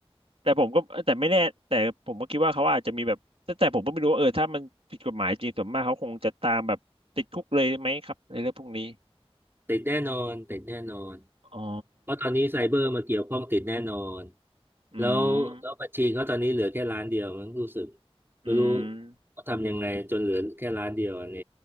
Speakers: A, on the right; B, on the right.
A: แต่ผมก็แต่ไม่แน่แต่ผมก็คิดว่าเขาอาจจะมีแบบแต่แต่ผมก็ไม่รู้ว่าเออถ้ามันผิดกฎหมายจริงส่วนมากเขาคงจะตามแบบติดคุกเลยไหมครับในเรื่องพวกนี้
B: ติดแน่นอนติดแน่นอน
A: อ๋อ
B: เพราะตอนนี้ไซเบอร์มาเกี่ยวข้องติดแน่นอน
A: อื
B: แล้วแล้วบัญชีเขาตอนนี้เหลือแค่ล้านเดียวมั้งรู้สึก
A: ม
B: ไม่รู้
A: อืม
B: เขาทำยังไงจนเหลือแค่ล้านเดียวใน